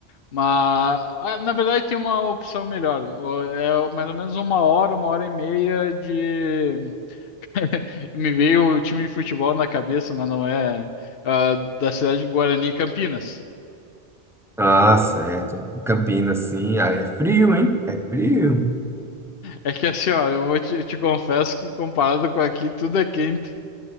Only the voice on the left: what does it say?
Mas, ah, na verdade, tem uma opção melhor. O- É mais ou menos uma hora, uma hora e meia de. <laughs> Me veio o time de futebol na cabeça, mas não é. ah, da cidade de Guarani, Campinas.
É que assim, ó, eu vou te, eu te confesso que comparado com aqui, tudo é quente.